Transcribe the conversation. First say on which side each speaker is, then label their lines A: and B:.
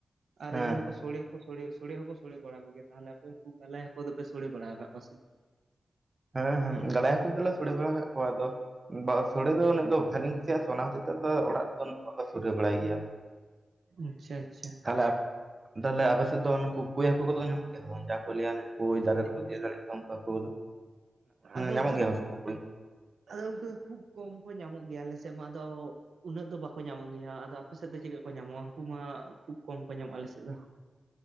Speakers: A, on the right; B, on the right.
A: ᱟᱨ
B: ᱦᱮᱸ
A: ᱤᱭᱟᱹ ᱦᱚᱸᱠᱚ ᱥᱚᱲᱮ ᱦᱚᱸᱠᱚ ᱥᱚᱲᱮ, ᱥᱚᱲᱮ ᱦᱚᱸᱠᱚ ᱥᱳᱲᱮ ᱵᱟᱲᱟ ᱠᱚᱜᱭᱟ᱾ ᱛᱟᱦᱚᱞᱮ ᱟᱯᱮ ᱩᱱᱠᱩ ᱜᱟᱞᱟᱭ ᱦᱟᱹ ᱠᱚ ᱫᱚᱯᱮ ᱥᱚᱲᱮ ᱵᱟᱲᱟ ᱠᱟᱫ ᱠᱚᱣᱟ ᱥᱮ?
B: ᱦᱮᱸ ᱦᱮᱸ, ᱜᱟᱞᱟᱭ ᱦᱟᱹᱠᱩ ᱜᱮᱞᱮ ᱥᱚᱲᱮ ᱵᱟᱲᱟ ᱠᱟᱫ ᱠᱚᱣᱟ ᱾ᱟᱫᱚ ᱥᱚᱲᱮ ᱫᱚ ᱩᱱᱟᱹᱜ ᱫᱚ ᱵᱷᱟᱹᱞᱤ ᱪᱮ ᱚᱱᱟ ᱦᱚᱛᱮᱡ ᱛᱮ ᱟᱫᱚ ᱚᱲᱟᱜ <inaudible> ᱵᱟᱠᱩ ᱥᱚᱲᱮ ᱵᱟᱲᱟᱭ ᱜᱮᱭᱟ᱾
A: ᱟᱪᱪᱷᱟ ᱟᱪᱪᱷᱟ
B: ᱛᱟᱦᱚᱞᱮ ᱛᱟᱦᱚᱞᱮ ᱟᱯᱮ ᱥᱮᱫ ᱫᱚ ᱱᱩᱠᱩ ᱠᱳᱭ ᱦᱟᱠᱩ ᱠᱚᱫᱚ ᱠᱚ ᱧᱟᱢ ᱜᱮᱭᱟ ᱵᱟᱝ? ᱡᱟᱦᱟ ᱠᱚ ᱞᱟᱹᱭᱟ ᱦᱟᱱᱮ ᱠᱳᱭ ᱫᱟᱨᱮ ᱨᱮᱠᱚ ᱫᱮᱡ ᱫᱟᱲᱮᱭᱟᱜ ᱠᱚᱣᱟ ᱩᱱᱠᱩ ᱦᱟᱹᱠᱩ ᱠᱚᱫᱚ?
A: ᱟᱫᱚ
B: ᱧᱟᱢᱚᱜ
A: ᱩᱱᱠᱩ
B: ᱜᱮᱭᱟ
A: ᱫᱚ,
B: ᱥᱮ ᱵᱟᱝ ᱠᱳᱭ
A: ᱟᱫᱚ ᱩᱱᱠᱩ ᱫᱚ ᱠᱷᱩᱵ ᱠᱚᱢ ᱠᱚ ᱧᱟᱢᱚᱜ ᱜᱮᱭᱟ ᱟᱞᱮ ᱥᱮ ᱢᱟ ᱫᱚ ᱩᱱᱟᱹᱜ ᱫᱚ ᱵᱟᱠᱚ ᱧᱟᱢᱚᱜ ᱜᱮᱭᱟ, ᱟᱫᱚ ᱟᱯᱮ ᱥᱮᱫ ᱫᱚ ᱪᱮᱫ ᱠᱟ ᱠᱚ ᱧᱟᱢᱚᱜᱼᱟ? ᱩᱱᱠᱩ ᱢᱟ ᱠᱷᱩᱵ ᱠᱚᱢ ᱠᱚ ᱧᱟᱢᱚᱜᱼᱟ ᱟᱞᱮᱥᱮᱫ ᱫᱚ᱾